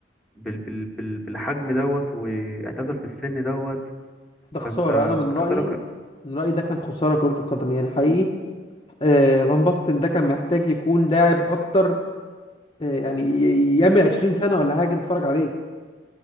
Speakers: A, in the centre; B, on the left.
A: بال... بال... بال... بالحجم دوت واعتزل في السن دوت
B: ده خساره
A: فانت
B: انا من
A: متخيل
B: رايي
A: ده لو كان
B: من رايي ده كان خساره كره القدم يعني حقيقي آه فان باستن ده كان محتاج يكون لاعب اكتر آه، يعني ي- يعمل 20 سنة ولا حاجة نتفرج عليه